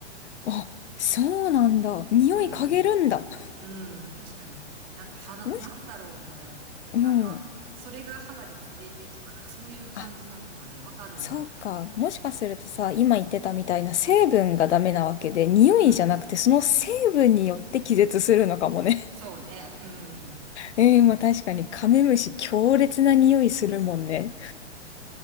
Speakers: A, on the left; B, on the right.
A: あ、そうなんだ。匂い嗅げるんだ。
B: うん。うん。確かに。なんか肌、
A: もし、
B: なんだろうね。
A: うん。
B: なんか、それが肌に触れてとか、なんかそういう感じなのかね。
A: あ、
B: わかんないけど。
A: そうか。もしかするとさ、今言ってたみたいな成分がダメなわけで、匂いじゃなくてその成分によって気絶するのかもね。
B: うん。そうね。うん。
A: えー、まあ確かにカメムシ強烈な匂いするもんね。